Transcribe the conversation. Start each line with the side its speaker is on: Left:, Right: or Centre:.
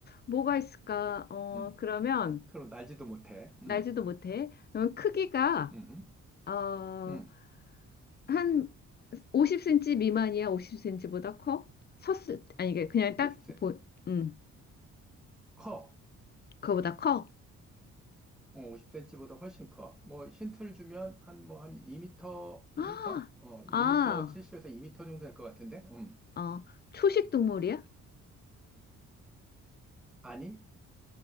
Left: 뭐가 있을까? 어,
Centre: 음,
Left: 그러면
Centre: 그럼 날지도 못해.
Left: 날지도
Centre: 음,
Left: 못해. 그러면 크기가,
Centre: 음,
Left: 어,
Centre: 음,
Left: 한 50cm 미만이야? 50cm보다 커? 섰을 때- 아니 이게 그냥 딱
Centre: 50세.
Left: 보, 음,
Centre: 커.
Left: 그거보다 커?
Centre: 어, 50cm보다 훨씬 커. 뭐 힌트를 주면 한 뭐 한 2미터, 2미터?
Left: 아,
Centre: 어, 1미터
Left: 아,
Centre: 70에서 2미터 정도 될 것 같은데. 음.
Left: 어, 초식 동물이야?
Centre: 아니,